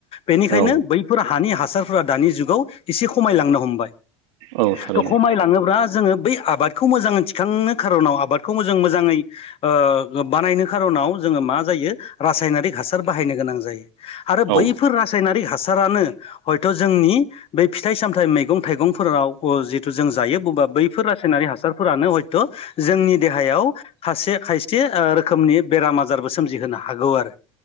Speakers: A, on the left (about 40°); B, on the right (about 75°).
A: बेनिखायनो
B: औ
A: बै हानि हासारफोरा दानि जुाव एसे खमायांनो हमबाय‌
B: औ थारैनो
A: त' खमायलाङोब्ला जोङो बै आबादखौ मोजाङै थिखांनो खार'नाव आबादखौ मोजां मोजाङै ओ बानायनो खार'नाव नाव जों मा जायो रासायनिक हासार बाहायनो गोनां जायो आरो
B: औ
A: बैफोर रासायनारि रानो हयथ' जोंनि बे फिथाइ सामथाइ मैगं थाइगंफोराव जिथु जों जायो बबा बैफोर रासायनारि हासारफोरानो हय थ' जोंनि देहायाव खासे खायसे ओ रोखोमनि बेराम आजारबो सोमजिहोनो हागौ आरो।